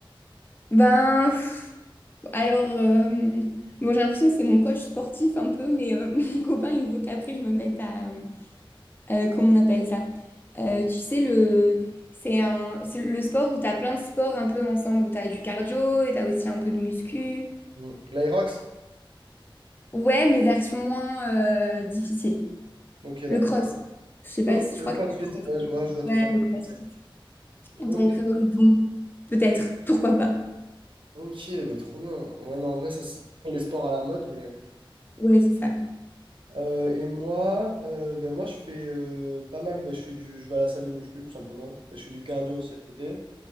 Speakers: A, on the left; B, on the right.
A: Ben, pff, alors, euh, bon, j'ai l'impression que c'est mon coach sportif un peu, mais euh, <laughs> mon copain, il veut qu'après, je me mette à, euh, euh, comment on appelle ça? Euh, tu sais, le, c'est un, c'est le sport où tu as plein de sports un peu ensemble, où tu as du cardio et tu as aussi un peu de muscu.
B: Hmm. L'Aerox?
A: Ouais, mais version moins euh, difficile.
B: Ok, d'accord.
A: Le cross. Je sais pas,
B: Ok,
A: je
B: le
A: crois
B: CrossFit.
A: que c'est le cross.
B: Ouais, je vois, je vois totalement.
A: Ouais, le crossfit.
B: C'est-
A: Donc,
B: Ok,
A: euh, bon, peut-être, pourquoi pas.
B: ok, bah, trop bien. Ouais, mais en vrai, ça, c'est les sports à la mode. Mais...
A: Ouais, c'est ça.
B: Euh, et moi, euh, ben, moi, je fais euh, pas mal. ben, je fais du... je vais à la salle de muscu, tout simplement. Et je fais du cardio aussi à côté.